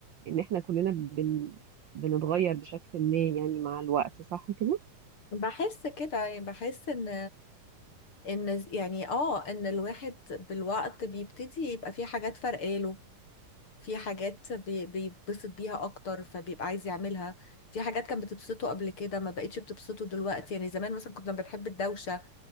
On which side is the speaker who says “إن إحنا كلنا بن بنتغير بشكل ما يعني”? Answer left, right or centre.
Right